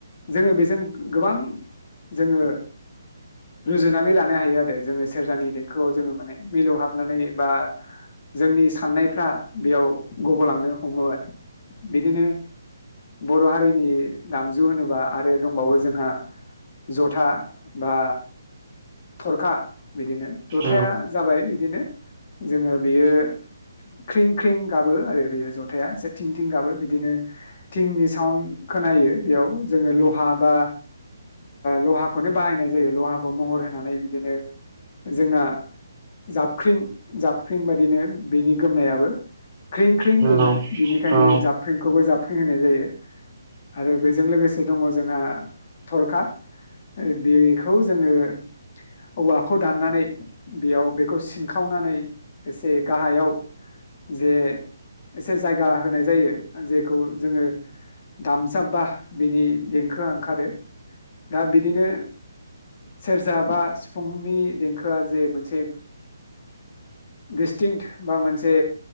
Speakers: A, on the left (about 45°); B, on the right (about 40°).
A: जोङो बेजों गोबां जोङो रुजुनानै लानो हायो आरो जोङो सेरजानि देंखोआव जोङो माने मिलौ हाबनानै बा जोंनि साननायफ्रा बेयाव गग'लांनो हमो आरो बिदिनो बर' हारिनि दामजु होनोबा आरो दंबावो जोंहा जथा बा थरखा बिदिनो जथाया
B: नंगौ
A: जाबाय बिदिनो जोङो बियो ख्रिं ख्रिं गाबो आरो बेयो जथाया एसे थिं थिं गाबो बिदिनो थिंनि साउड खोनायो बेयाव जोङो लहा बा लहाखौनो बाहायनाय जायो लहाखौ महर होनानै बिदिनो जोंना जाबख्रिं जाबख्रिं बाददिनो बिनि गोमनायाबो ख्रिं ख्रिं
B: नंगौ
A: गोमो बेनिखायनो
B: औ
A: जाबफ्रिंखौबो जाबफ्रिं होनाय जायो आरो बेजों लोगोसे दङ जोंहा थरखा बेखौ जोङो औवाखौ दाननानै बेयाव बेखौ सिनखावनानै एसे गाहायाव जे एसे जायगा होनाय जायो जेखौ जोङो दामजाबबा बिनि देंखोआ ओंखारो दा बिदिनो सेरजा बा सिफुंनि देंखोआ जे मोनसे डस्टिंट बा मोनसे